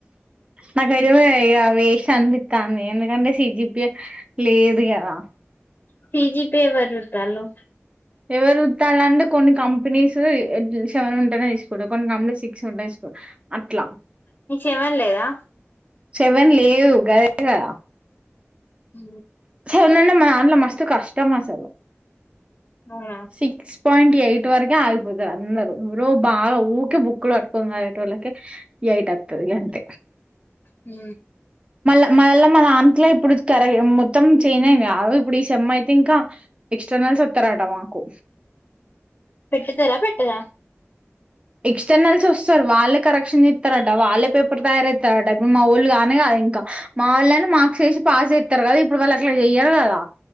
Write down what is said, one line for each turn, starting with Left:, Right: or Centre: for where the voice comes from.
Right: నాకైతే ఇగ అవి వేస్ట్ అనిపితంది ఎందుకంటే సిజిపి. లేదుగాదా
Left: C G P A better తల్లో
Right: ఎవరైతాలాంట్టే కొన్ని కంపెనీసు సెవెన్ ఉంటది కొన్ని కొన్ని కంపెనీస్ సెక్స్ ఉండాయి స్కోర్ అట్లా
Left: నీ సెవెన్ లేదా
Right: సవన్ లేవు గదే కదా
Left: ఉ
Right: <unintelligible> మ అన్లో మస్తు కష్టమా అసలు
Left: అవునా
Right: సిక్స్ పాయింట్ ఎయిట్ వరగ ఆగీపోతుారు అందరు ఎవరో బాగా ఊ కే బుక్లు పట్టుకొని చదివేటోళ్ళకే ఎయిట్ అతది అంత
Left: హ
Right: మళ్ల మ దాంట్లో ఇప్పుడు కర మొత్తం చేంజ్ అయిందిగా అవు ఇప్పుడు ఈ సేమ్ అయితే ఇంకా ఎక్స్టర్నల్ వాత్తరా అటమాకు
Left: పెట్టుతరా పెట్టరా
Right: ఎక్స్టర్నల్స్ వస్తారు వాళ్ళే కరెక్షన్ చేస్తారట వాళ్ళే పేపర్ తయారుస్తారట ఇప్పుడు మా ఊళ్ళు గానే కాదు ఇంకా మా వాళ్ళనా మార్క్స్ చేసి పాస్ చేస్తారు గద ఈ పూడు వాలు అట్లా చెయ్యారూ కదా